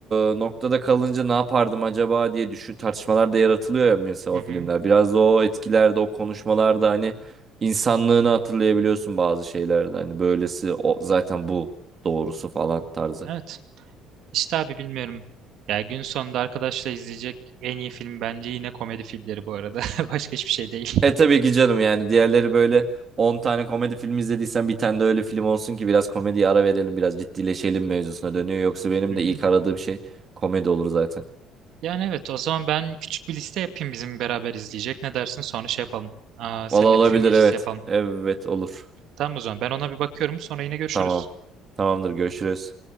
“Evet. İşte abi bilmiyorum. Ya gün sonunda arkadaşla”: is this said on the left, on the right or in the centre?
Right